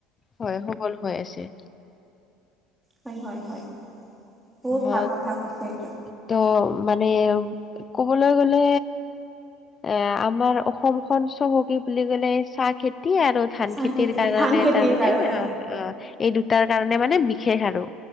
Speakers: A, on the left; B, in the centre.
A: হয় সবল হৈ আছে।
B: হয়, হয়, হয়, বহুত ভাল
A: অ
B: কথা কৈছে সেইটো
A: ত' মানে ক'বলৈ গ'লে এ আমাৰ অসমখন চহকী বুলি ক'লে চাহ খেতি আৰু। ধান
B: চাহ
A: খেতিৰ
B: খেতি
A: কাৰণে
B: ধান খেতিৰ
A: তাৰ মানে
B: কাৰণে।
A: অ' অ' এই দুটাৰ কাৰণে মানে বিশেষ আৰু